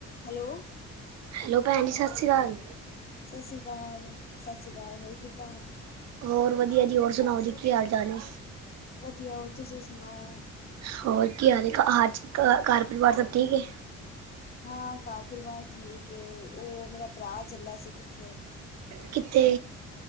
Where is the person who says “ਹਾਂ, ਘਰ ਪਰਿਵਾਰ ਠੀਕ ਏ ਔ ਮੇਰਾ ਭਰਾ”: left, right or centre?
Left